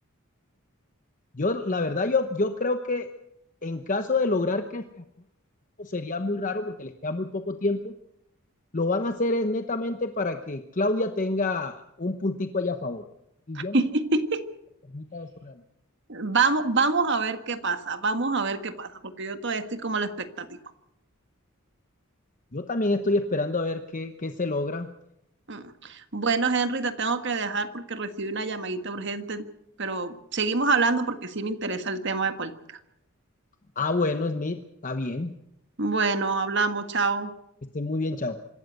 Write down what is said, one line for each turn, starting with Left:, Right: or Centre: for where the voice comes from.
Left: Yo, la verdad, yo, yo creo que en caso de lograr que sería muy raro porque les queda muy poco tiempo. Lo van a hacer es netamente para que Claudia tenga un puntico allá a favor. Y
Right: <laughs>
Left: yo no creo que permita eso realmente.
Right: Vamos, vamos a ver qué pasa, vamos a ver qué pasa, porque yo todavía estoy como a la expectativa.
Left: Yo también estoy esperando a ver qué, qué se logra.
Right: Mm. Bueno, Henry, te tengo que dejar porque recibí una llamadita urgente, pero seguimos hablando porque sí me interesa el tema de política.
Left: Ah, bueno, Smith, está bien.
Right: Bueno, hablamos, chao.
Left: Esté muy bien, chao.